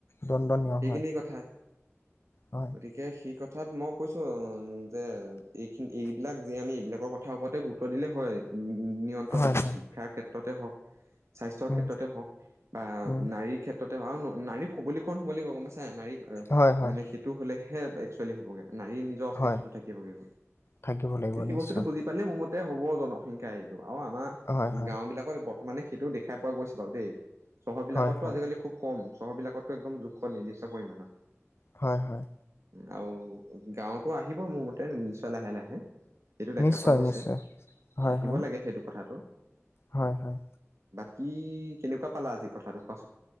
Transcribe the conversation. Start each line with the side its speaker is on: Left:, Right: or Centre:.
Left: দণ্ডনীয়
Right: সেইখিনি
Left: হয়
Right: কথা
Left: হয়
Right: গতিকে সি কথা অৰ্থাত মোক কৈছোঁ যে এইখিনি এইবিলাক যি আমি এইবিলাকৰ কথা ওপৰতে গুৰুত্ব দিলে হয় উ
Left: হয়
Right: হ'ব
Left: হয়
Right: শিক্ষাৰ ক্ষেত্ৰত ততে হওক স্বাস্থ্যৰ
Left: উম
Right: ক্ষেত্ৰতে হওক বা
Left: উম
Right: নাৰীৰ ক্ষেত্ৰত নাৰীক হবলীকৰণ হ'ব লাগিব গম পাইছে নাৰী অ
Left: হয় হয়
Right: মানে সেইটো হলে হে একচুৱেলি হ'বগে নাৰী নিজৰ অস্তিত্বতো
Left: হয়
Right: থাকিবগৈ
Left: থাকিব লাগিব
Right: সেই
Left: নিশ্চয়
Right: বস্তুটো বুজি পালে মোৰ মতে ততে হ'বও জনসংখ্যা এইটো অ আমাৰ
Left: হয় হয়
Right: গাঁও বিলাকত বৰ্ত মানে সেইটো দেখাই পোৱা গৈছে বাৰু দেই চহৰ বিলাকতো
Left: হয় হয়
Right: আজিকালি খুব কম চহৰবিলাকতো একদম জোখৰ নিৰ্দিষ্ট পৰিমাণৰ
Left: হয় হয়
Right: আৰু গাঁৱতো আহিব মোৰ মতে নিশ্চয় লাহে লাহে সেইটো দেখা
Left: নিশ্চয়
Right: পোৱা গৈছে
Left: নিশ্চয় হয়
Right: আহিব
Left: হয়
Right: লাগে সেইটো কথাটো
Left: হয় হয়
Right: কি কেনেকুৱা পালা আজি কথাটোক